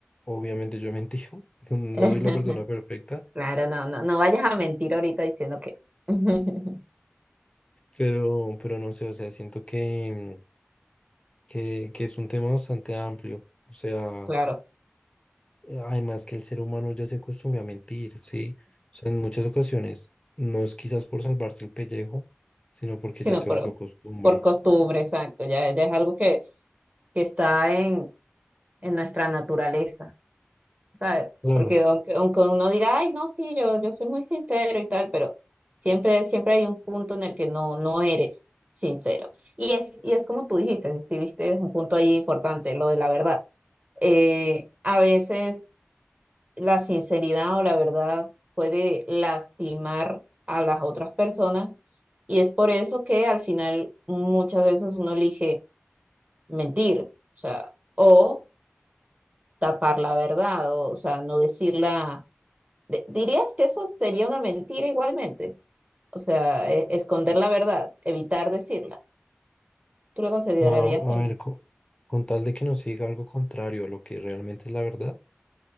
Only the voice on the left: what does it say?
Obviamente yo he mentido, <laughs> no
soy la persona perfecta,
pero, pero no sé, o sea, siento que, que, que es un tema bastante amplio. O sea,
además que el ser humano ya se acostumbra a mentir, ¿sí? O sea, en muchas ocasiones no es quizás por salvarse el pellejo, sino porque
ya se
volvió costumbre.
Claro.
A, a
ver, co- con, tal de que no se diga algo contrario a lo que realmente es la verdad,